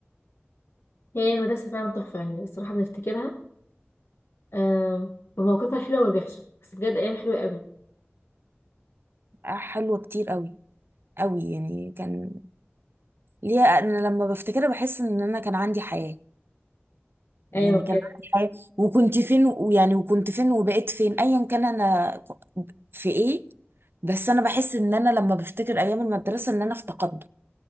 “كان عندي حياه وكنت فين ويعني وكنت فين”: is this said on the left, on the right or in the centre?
Right